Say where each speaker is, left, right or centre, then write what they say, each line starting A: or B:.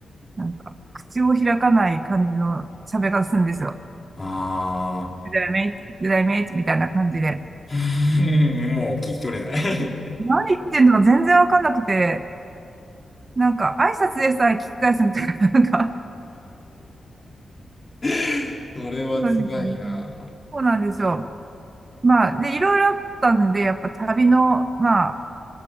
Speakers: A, on the right (about 40°); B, on the left (about 30°).
A: なんか、口を開かない感じの喋り方するんですよ。
B: ああ、
A: グダイメイツ、グぐイメイツみたいな感じで。
B: <laughs> うんもう聞き取れない
A: 何言ってんのか全然わかんなくて、なんか、挨拶でさえ聞き返すみたいな、なんか、
B: <laughs> それはつがいな。
A: <laughs> 今みたいな感じ。そうなんですよ。まあ、で、いろいろあったんで、やっぱ旅の、まあ、